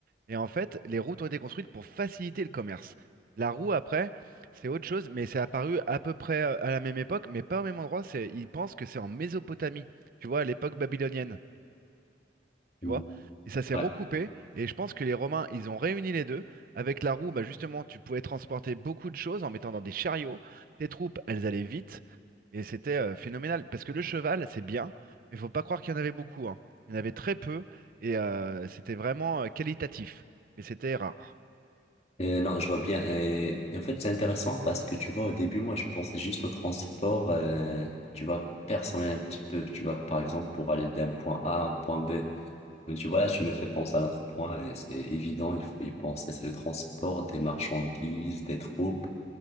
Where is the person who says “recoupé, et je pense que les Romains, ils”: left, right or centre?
Right